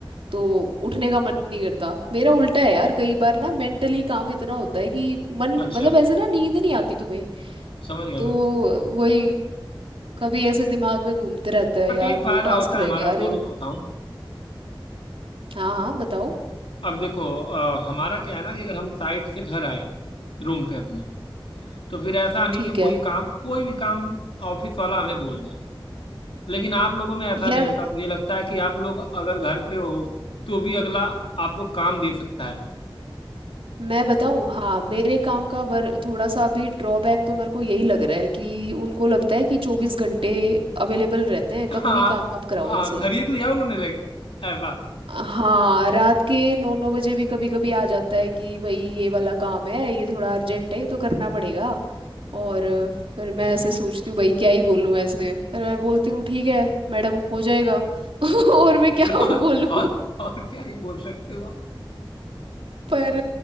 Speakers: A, on the right; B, on the left.
A: तो उठने का मन नहीं करता मेरा उल्टा है यार कई बार ना मेंटली काम इतना होता है कि मन
B: अच्छा
A: मतलब ऐसे ना नींद नहीं आती तुम्हें
B: समझ गया
A: तो
B: मैं
A: वही कभी ऐसे दिमाग में घूमते रहता है
B: बट
A: यार
B: एक
A: वो
B: फायदा
A: टास्क
B: होता
A: रह
B: है हमारा
A: गया अरे
B: बोलो तो बताऊं
A: हाँ हाँ बताओ
B: अब देखो अ, हमारा क्या है ना कि अगर हम साइट से घर आए रूम पे अपने तो फिर ऐसा नहीं
A: ठीक
B: कि कोई
A: है
B: काम कोई भी काम ऑफिस वाला हमें बोल दे लेकिन आप लोगों में ऐसा
A: यार
B: नहीं होता मुझे लगता है कि आप लोग अगर घर पे हो तो भी अगला आपको काम दे सकता है
A: मैं बताऊं हाँ मेरे काम का वर थोड़ा सा अभी ड्रॉबैक तो मेरे को यही लग रहा है कि उनको लगता है कि चौबीस घंटे अवेलेबल रहते हैं
B: <laughs>
A: कभी
B: आप
A: भी काम कराओ
B: आ,
A: इनसे
B: खरीद लिया उन्होंने ले ऐसा
A: हाँ रात के नौ नौ बजे भी कभी कभी आ जाता है कि भाई ये वाला काम है ये थोड़ा अर्जेंट है ये तो करना पड़ेगा और फिर
B: <laughs>
A: मैं ऐसे सोचती हूँ भाई क्या ही बोलूँ ऐसे पर मैं बोलती हूँ ठीक है मैडम हो जाएगा <laughs> और मैं क्या <laughs>
B: और,
A: बोलूँ
B: और और क्या ही बोल सकते हो आप
A: पर